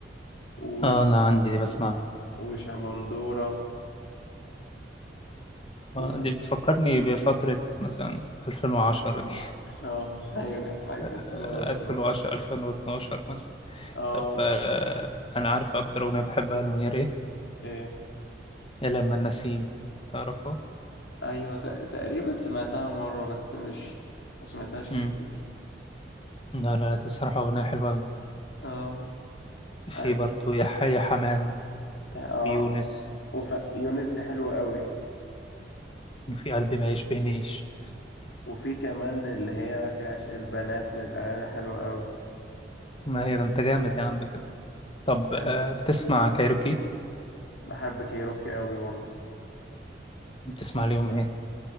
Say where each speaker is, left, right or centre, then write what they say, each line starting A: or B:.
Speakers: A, on the left; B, on the left.
A: وش...
B: آه أنا عندي دي بسمع
A: وشمندورة
B: آه،
A: ومثلا
B: دي بتفكرني بفترة مثلا 2010 دي
A: اه <laughs> ايوه كانت حاجة
B: <laughs>
A: كانت حلوة
B: آه،
A: أوي بصراحة
B: 2010 2012 مثلا
A: اه
B: طب آه، أنا عارف أكتر أغنية بحبها لمنير إيه؟
A: ايه
B: يا لما النسيم تعرفه؟
A: ايوه ت... تقريبا سمعتها مرة بس مش ما سمعتهاش كتير
B: مم. لا لا دي صراحة أغنية حلوة أوي
A: اه
B: في
A: حلو
B: برضه يا حي يا حمام
A: يعني اه
B: ويونس
A: وف... يونس دي حلوة أوي
B: وفي قلبي ما يشبهنيش
A: وفي كمان اللي هي في عشق البنات من الأغاني الحلوة أوي
B: ما هي ده أنت جامد يا عم كده طب آه،
A: أيوة.
B: بتسمع كايروكي؟
A: بحب كيروكي أوي برضه
B: بتسمع ليهم إيه؟